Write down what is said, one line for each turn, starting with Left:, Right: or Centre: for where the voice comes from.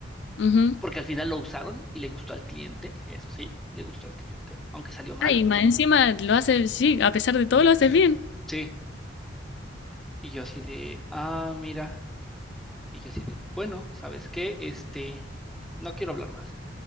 Left: Ujú.
Centre: porque al final lo usaron y le gustó al cliente. Eso sí, le gustó al cliente, aunque salió mal.
Left: Ah, y más encima lo hace, sí, a pesar de todo lo haces bien.
Centre: Sí. Y yo así de, ah, mira. Y yo así de, bueno, ¿sabes qué? Este, no quiero hablar más.